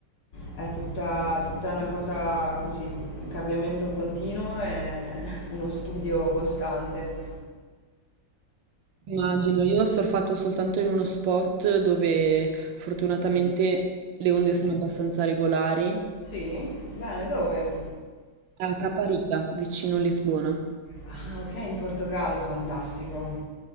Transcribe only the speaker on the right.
Immagino, io ho surfato soltanto in uno spot dove fortunatamente le onde sono abbastanza regolari,
a Caparita, vicino a Lisbona.